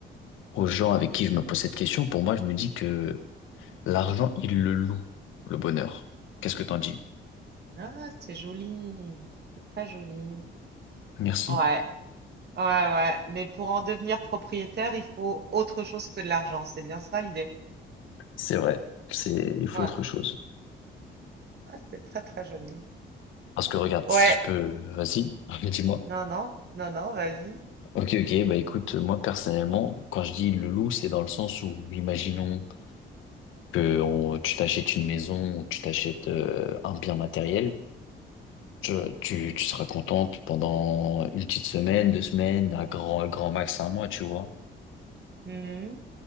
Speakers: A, on the left; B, on the right.
A: aux gens avec qui je me pose cette question, pour moi, je me dis que l'argent, il le loue, le bonheur. Qu'est-ce que t'en dis?
B: Ah, c'est joli. C'est très joli.
A: Merci.
B: Ouais, ouais, ouais. Mais pour en devenir propriétaire, il faut autre chose que de l'argent. C'est bien ça l'idée.
A: C'est vrai. C'est, il faut
B: Ouais.
A: autre chose.
B: Ah, c'est très très joli.
A: Parce que regarde,
B: Ouais,
A: si je peux, vas-y, <laughs> dis-moi.
B: non, non, non, non, vas-y.
A: Ok, ok, bah écoute, moi personnellement, quand je dis le loup, c'est dans le sens où, imaginons que on- tu t'achètes une maison, ou tu t'achètes euh, un bien matériel, tu, tu, tu seras contente pendant une petite semaine, deux semaines, à grand, grand max un mois, tu vois.
B: Mhm,